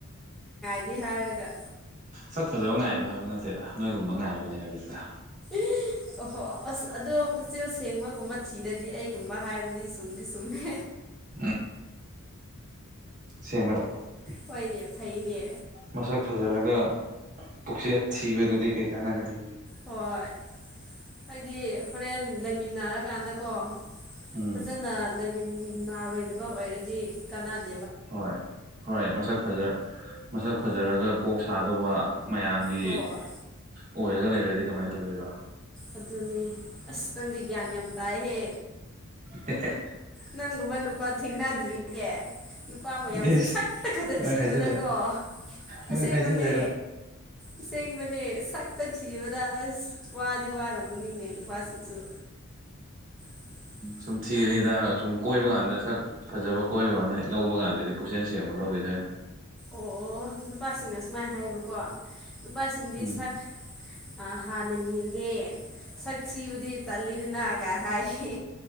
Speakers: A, in the centre; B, on the right (about 40°).
A: ꯑꯗꯨꯗꯤ ꯍꯥꯏꯔꯒ
B: ꯁꯛ ꯐꯖꯕ ꯉꯥꯏꯕ ꯍꯥꯏꯕ ꯅꯠꯇꯦꯗ ꯅꯣꯏꯒꯨꯝꯕ ꯉꯥꯏꯕꯅꯦ ꯍꯥꯏꯕꯅꯤꯗ
A: ꯎꯝ ꯑꯣꯍꯣ ꯑꯁ ꯑꯗꯣ ꯄꯨꯛꯆꯦꯜ ꯁꯦꯡꯕꯒꯨꯝꯕ ꯊꯤꯔꯗꯤ ꯑꯩꯒꯨꯝꯕ ꯍꯥꯏꯕꯗꯤ ꯆꯨꯝꯗꯤ ꯆꯨꯝꯃꯦ
B: ꯑꯝ <unintelligible>
A: ꯍꯣꯏꯅꯦ ꯐꯩꯅꯦ
B: ꯃꯁꯛ ꯐꯖꯔꯒ ꯄꯨꯛꯆꯦꯜ ꯊꯤꯕꯗꯨꯗꯤ ꯀꯩ ꯀꯥꯟꯅꯒꯅꯤ
A: ꯍꯣꯏ ꯑꯩꯗꯤ ꯍꯣꯔꯦꯟ ꯂꯩꯃꯤꯟꯅꯔꯀꯥꯟꯗꯀꯣ
B: ꯎꯝ
A: ꯐꯖꯟꯅ ꯂꯩꯃꯤꯟꯅꯥꯔꯣꯏꯗꯕ ꯑꯣꯏꯔꯗꯤ ꯀꯅꯥꯗ
B: ꯍꯣꯏ ꯍꯣꯏ ꯃꯁꯛ ꯐꯖꯔ ꯃꯁꯛ ꯐꯖꯔꯒ ꯀꯣꯛ ꯁꯥꯗꯧꯕ ꯃꯌꯥꯝꯒꯤ
A: ꯍꯣꯏ
B: ꯑꯣꯏꯔꯒ ꯂꯩꯒ꯭ꯔꯗꯤ ꯀꯃꯥꯏ ꯇꯧꯗꯣꯏꯕ
A: ꯑꯗꯨꯅꯦ ꯑꯁ ꯅꯪꯗꯤ ꯒ꯭ꯌꯥꯟ ꯌꯥꯝ ꯇꯥꯏꯍꯦ
B: ꯍꯦ ꯍꯦ
A: ꯅꯪꯒꯨꯝꯕ ꯅꯨꯄꯥ ꯊꯦꯡꯅꯗ꯭ꯔꯤꯌꯦ ꯅꯨꯄꯥ ꯃꯌꯥꯝꯁꯦ
B: ꯏꯁ
A: ꯁꯛꯇ ꯈꯇ
B: ꯅꯪ
A: ꯊꯤꯕꯗꯀꯣ
B: ꯍꯥꯏꯖꯤꯜꯂꯦ ꯅꯪ
A: ꯑꯁꯦꯡꯕꯅꯦ
B: ꯍꯥꯏꯖꯤꯜꯂꯦꯗ
A: ꯑꯁꯦꯡꯕꯅꯦ ꯈꯛꯇ ꯊꯤꯕꯗ ꯑꯁ ꯋꯥꯗꯤ ꯋꯥꯔꯃꯅꯤꯅꯦ ꯅꯨꯄꯥꯁꯤꯡꯁꯨ <inaudible>
B: ꯁꯨꯝ ꯊꯤꯔꯤꯗ ꯁꯨꯝ ꯀꯣꯏꯕ ꯀꯥꯟꯗ ꯁꯛ ꯐꯖꯕ ꯀꯣꯏꯕꯋꯥꯅꯤ ꯂꯧꯕ ꯀꯥꯟꯗꯗꯤ ꯄꯨꯛꯆꯦꯟ ꯁꯦꯡꯕ ꯂꯧꯒꯤꯗꯣꯏꯅꯤ
A: ꯑꯣ ꯅꯨꯄꯥꯁꯤꯡꯅ ꯁꯨꯃꯥꯏ ꯍꯥꯏꯌꯦꯕꯀꯣ ꯅꯨꯄꯥꯁꯤꯡꯗꯤ
B: ꯎꯝ
A: ꯁꯛ ꯑ ꯍꯥꯟꯅ ꯌꯦꯡꯉꯦ ꯁꯛ ꯊꯤꯕꯗꯤ ꯇꯜꯂꯤꯗꯅ ꯀꯥ ꯍꯥꯏꯌꯦ